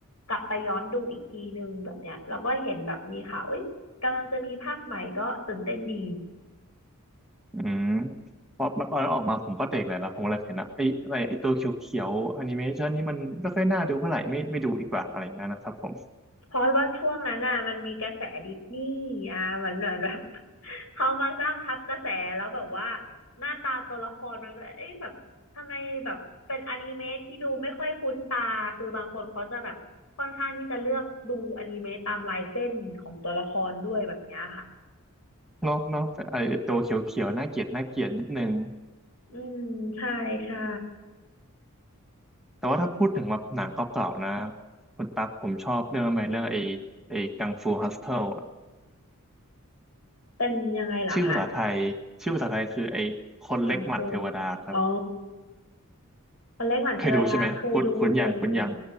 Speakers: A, on the left; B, in the centre.
A: กลับไปย้อนดูอีกทีนึงแบบเนี้ยเราก็เห็นแบบมีข่าวเอ้ยกำลังจะมีภาคใหม่ก็ตื่นเต้นดี
B: อืมเพราะมันตอนนั้นออกมาผมก็เด็กเลยนะผมเลยเห็นนะไอ้อะไรไอ้ตัวเขียวๆแอนิเมชันนี่มันไม่ค่อยน่าดูเท่าไหร่ไม่ไม่ดูดีกว่าอะไรอย่างเงี้ยนะครับผม
A: เพราะว่าช่วงนั้นน่ะมันมีกระแสดิสนีย์อ่ะมันเหมือนแบบ <laughs> เขามาสร้างทับกระแสแล้วแบบว่าหน้าตาตัวละครมันก็เอ๊ะแบบทำไมแบบเป็นอนิเมะที่ดูไม่ค่อยคุ้นตาคือบางคนเขาจะแบบค่อนข้างที่จะเลือกดูอนิเมะตามลายเส้นของตัวละครด้วยแบบเนี้ยค่ะ
B: เนาะเนาะแต่ไอตัวเขียวๆน่าเกลียดน่าเกลียดนิดนึง
A: อืมใช่ใช่
B: แต่ว่าถ้าพูดถึงแบบหนังเก่าๆนะคุณตั๊กผมชอบเรื่องอะไรเรื่องไอไอกังฟูฮัสเทิลอะ
A: เป็นยังไงล่ะคะ
B: ชื่อภาษาไทยชื่อภาษาไทยคือไอคนเล็กหมัดเทวดาครับ
A: กังฟูอ๋อคนเล็กหวานเทวดาเคยดูเคยดู
B: เคยดูใช่ไหมคุ้นคุ้นยังคุ้นยัง